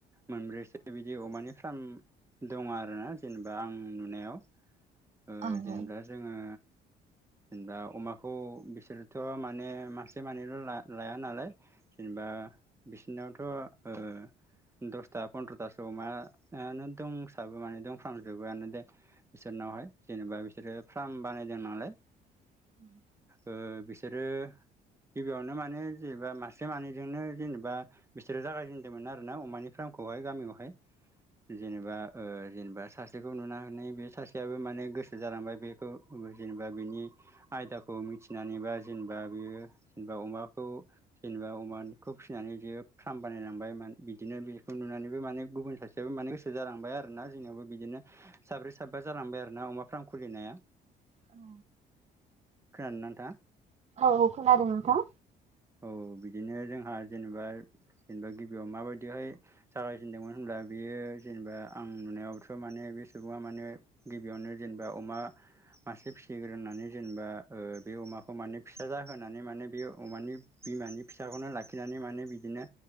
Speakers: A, on the right; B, on the right.
A: मोनब्रैसो बिदि अमानि फार्म दङ आरोना जोंनि दा आं नुनायाव ओ
B: औ
A: जेनेबा जोङो जेनेबा अमाखौ बिसोरोथ' माने मासे मानैल' ला-लाया नालाय जेनेबा बिसोनावथ' ओ दसथा पन्द्र'थासो अमायानो दंसाबो माने दंफ्रामजोबोआनो दे बिसोरनावहाय जेनेबा बिसोरो फार्म बानायदों नालाय
B: <inaudible>
A: ओ बिसोरो गिबियावनो माने जेनेबा मासे मानैजोंनो जेनेबा बिसोरो जागायजेनदोंमोन आरोना अमानि फ्राम खौहाय गामियावहाय जेनेबा ओ जेनेबा सासेखौ नुनानै बे सासेयाबो माने गोसो जालांबाय बेखौ नु जेनेबा बिनि आयदाखौ मिथिनानै बा जेनेबा बियो बा अमाखौ जेनेबा अमाखौ फिसिनानै जे फार्म बानायलांबायमोन बिदिनो बेखौ नुनानैबो माने गुबुन सासेयाबो माने गोसो जालांबाय आरोना जोंनियावबो बिदिनो साब्रै साबबा जालांबाय आरोना अमा फार्म खुलिनाया।
B: औ
A: खोनादोंना नोंथाङा?
B: औ औ खोनादों नोंथां।
A: औ बिदिनो जोंहा जेनेबा जेनेबा गिबियाव माबायदिहाय जागायजेनदोंमोन होनब्ला दा बेयो जेनेबा आं नुनायावथ' माने बे सुबुङा माने गिबियावनो जेनेबा अमा मासे फिसिग्रोनानै जेनेबा ओ बे अमाखौ माने फिसा जाहोनानै माने बे अमानि बिमानि फिसाखौनो लाखिनानै माने बिदिनो